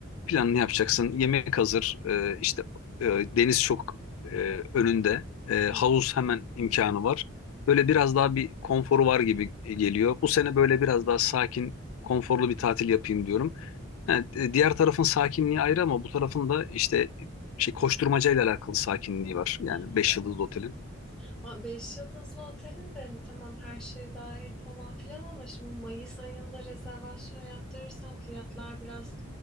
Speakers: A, on the left (about 80°); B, in the centre.
A: planını yapacaksın, yemek hazır, e, işte e, deniz çok e, önünde, e,
B: Evet,
A: havuz hemen imkanı var. Böyle biraz daha bir konforu var gibi geliyor. Bu sene böyle biraz daha sakin, konforlu bir tatil yapayım diyorum. Yani, e, diğer tarafın sakinliği ayrı ama bu tarafın da işte şey koşturmacayla alakalı sakinliği var. Yani
B: evet,
A: 5
B: evet.
A: yıldızlı otelin.
B: Ama beş yıldızlı otelin de hani tamam her şey dahil falan filan ama şimdi Mayıs ayında rezervasyon yaptırırsan fiyatlar biraz